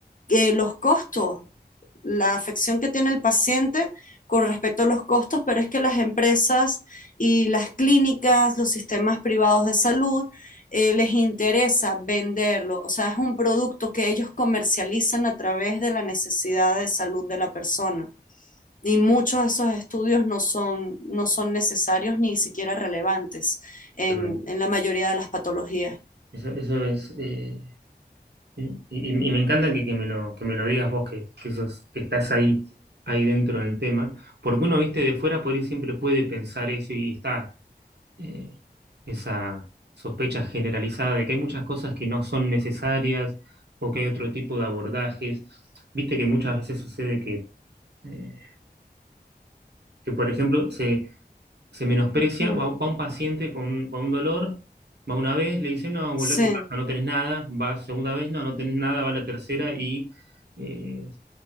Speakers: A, on the left; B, on the right.
A: eh, los costos la afección que tiene el paciente con respecto a los costos, pero es que las empresas y las clínicas, los sistemas privados de salud, eh, les interesa venderlo. O sea, es un producto que ellos comercializan a través de la necesidad de salud de la persona. Y muchos de esos estudios no son, no son necesarios ni siquiera relevantes en,
B: Tremendo.
A: en la mayoría de las patologías.
B: Eso, eso es. eh, y, y- y me encanta que, que me lo, que me lo digas vos, que, que, sos- que estás ahí, ahí dentro del tema, porque uno, viste, de fuera por ahí siempre puede pensar eso y está, eh, esa sospecha generalizada de que hay muchas cosas que no son necesarias o que hay otro tipo de abordajes. Viste que muchas veces sucede que, eh, que por ejemplo, se, se menosprecia,
A: Ujú.
B: va, va un paciente con, con un dolor, va una vez, le dice, no,
A: Sí.
B: vuelve a tu casa, no tenés nada, va segunda vez, no, no tenés nada, va la tercera y... eh,